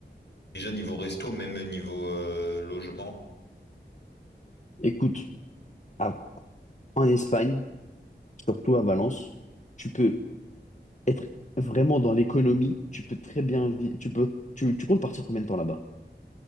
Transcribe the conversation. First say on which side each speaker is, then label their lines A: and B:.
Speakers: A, on the left; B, on the left.
A: déjà niveau resto, même niveau euh, logement?
B: Écoute, à- en Espagne, surtout à Valence, tu peux être vraiment dans l'économie. Tu peux très bien vivre. Tu peux. Tu, tu comptes partir combien de temps là-bas?